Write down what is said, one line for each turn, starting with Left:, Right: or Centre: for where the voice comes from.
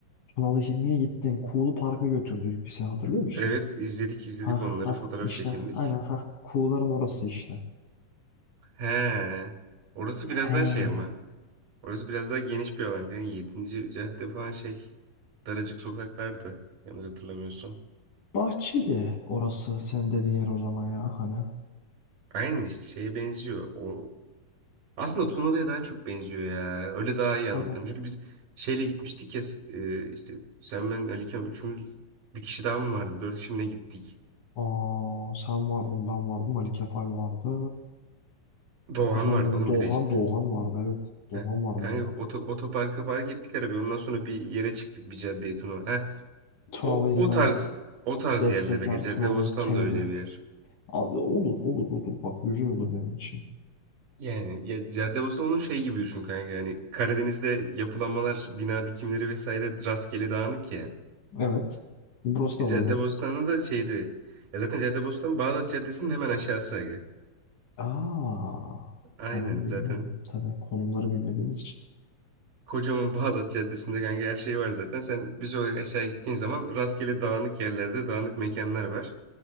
Left: Tunalı Hilmi'ye gittin. Kuğulu Park'a götürdük bir sene hatırlıyor musun?
Right: Evet izledik izledik
Left: Ha
Right: onları
Left: ha
Right: fotoğraf
Left: işte
Right: çekindik.
Left: aynen ha. Kuğuların orası işte.
Right: He. Orası biraz
Left: He.
Right: daha şey ama. Orası biraz daha geniş bir alan. Yani 7. cadde falan şey. Daracık sokaklardı. Yanlış hatırlamıyorsam.
Left: Bahçeli orası sen dediğin yer o zaman ya hani.
Right: Aynen işte şeye benziyor. O aslında Tunalı'ya daha çok benziyor ya. Öyle daha iyi anlatırım.
Left: Hani
Right: Çünkü biz şeyle gitmiştik ya e, işte sen ben Ali Kemal üçümüz bir kişi daha mı vardı? Dört kişi mi ne gittik?
Left: aa, sen vardın ben vardım Ali Kefal vardı.
Right: Doğan
Left: Hatırlamıyorum
Right: vardı oğlum
Left: Doğan
Right: bir de işte.
Left: Doğan vardı evet. Doğan
Right: Heh.
Left: vardı
Right: Kanka
Left: bir de.
Right: oto, otoparka park ettik arabayı. Ondan sonra bir yere çıktık bir caddeye Tunalı.
Left: Tunalı
Right: O,
Left: İlmi
Right: o tarz
Left: evet.
Right: o tarz
Left: Bestekar
Right: yerlere ge- Caddebostan
Left: Tunalı Kennedy.
Right: da öyle bir yer.
Left: A- olur olur olur bak güzel olur benim için.
Right: Yani ya Caddebostan onun şey gibi düşün kanka. Yani Karadeniz'de yapılanmalar, bina dikimleri vesaire rastgele dağınık ya.
Left: Evet. Burası da mı
Right: Caddebostan'da
Left: öyle?
Right: da şeydi. Ya zaten Caddebostan Bağdat Caddesi'nin hemen aşağısı. aga.
Left: Aa,
Right: Aynen
Left: ben onu bilmiyorum.
Right: zaten
Left: Tabii konumları bilmediğimiz için.
Right: kocaman <laughs> Bağdat Caddesi'nde kanka her şey var zaten. Sen bir sokak aşağı gittiğin zaman rastgele dağınık yerlerde dağınık mekanlar var.